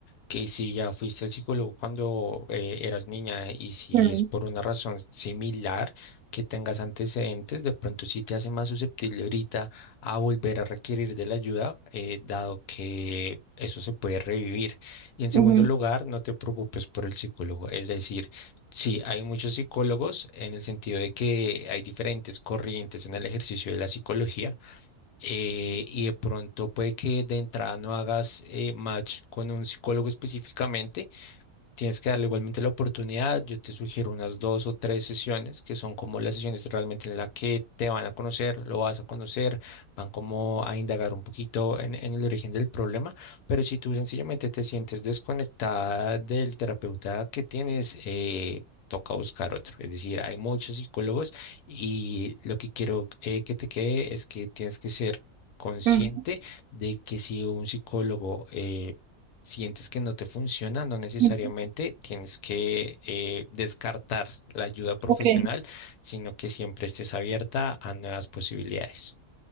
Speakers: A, on the left; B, on the right.
A: que si ya fuiste al psicólogo cuando eh, eras niña y si
B: Mm,
A: es por una razón similar que tengas antecedentes, de pronto sí te hace más susceptible ahorita a volver a requerir de la ayuda, eh, dado que eso se puede revivir. Y en segundo
B: ujú,
A: lugar, no te preocupes por el psicólogo, es decir, Sí, hay muchos psicólogos en el sentido de que hay diferentes corrientes en el ejercicio de la psicología eh, y de pronto puede que de entrada no hagas eh, match con un psicólogo específicamente Tienes que darle igualmente la oportunidad. Yo te sugiero unas dos o tres sesiones que son como las sesiones realmente en las que te van a conocer, lo vas a conocer, van como a indagar un poquito en, en el origen del problema. Pero si tú sencillamente te sientes desconectada del terapeuta que tienes, eh, toca buscar otro. Es decir, hay muchos psicólogos y lo que quiero eh, que te quede es que tienes que ser consciente
B: ujú,
A: de que si un psicólogo eh, sientes que no te funciona, no necesariamente
B: ujú,
A: tienes que eh, descartar la ayuda profesional,
B: ok.
A: sino que siempre estés abierta a nuevas posibilidades.